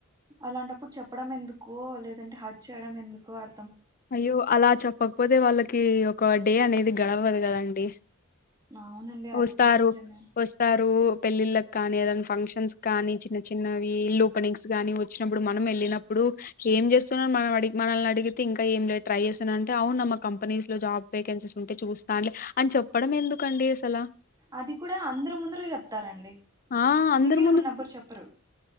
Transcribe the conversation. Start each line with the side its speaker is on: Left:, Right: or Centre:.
Right: అలాంటప్పుడు చెప్పడం ఎందుకో లేదంటే హట్ చేయడం ఎందుకో అ
Left: అయ్యో అలా చెప్ప కాకపోతే వాళ్ళకి ఒక డే అనేది గడవదు కదండి
Right: అవునండి అది
Left: వస్తస్తారు
Right: కూడా నిజమే
Left: వస్తస్తారు పెళ్ళిల్ కానిద ఫంక్షన్స్ కానీ చిన్న చిన్న ఇల్ ఓపెనింగ్స్ గాని వచ్చినప్పుడు మనం వెళ్ళినప్పుడు ఏం చేస్తున్నా మనం మనల్ని అడిగితే ఇంకా ఇ ఏం లేదు ట్రై చేశానంటే అవునుమ్ మా కంపెనీస్ లో జాబ్ వేకెన్సీస్ ఉంటే చూస్తానులే అని చెప్పడం ఎందుకండి అసలు
Right: అది కూడా అందరు ముందర చెప్తారంండి
Left: ఆ అందరి
Right: సింగిల్గా ఉన్నప్పుడు చెప్పరు